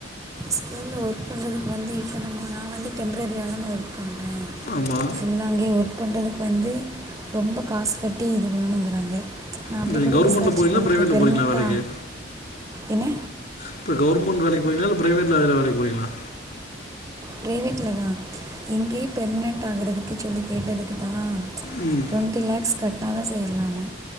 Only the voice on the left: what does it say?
ஆமா
இப்ப நீங்க
கவர்மெண்ட்ல
போறீங்களா
பிரைவேட்ல
போறீங்களா வேலைக்கு
இப்ப கவர்மெண்ட் வேலைக்கு போறீங்ளா இல்ல பிரைவேட்ல வேற வேலைக்கு போறீங்ளா
உம்